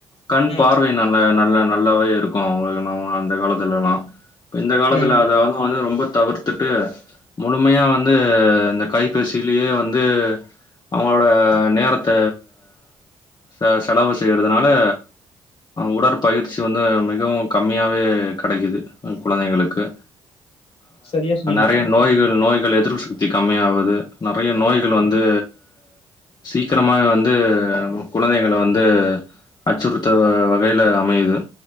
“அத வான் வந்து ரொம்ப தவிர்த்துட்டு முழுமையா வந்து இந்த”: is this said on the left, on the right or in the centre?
Left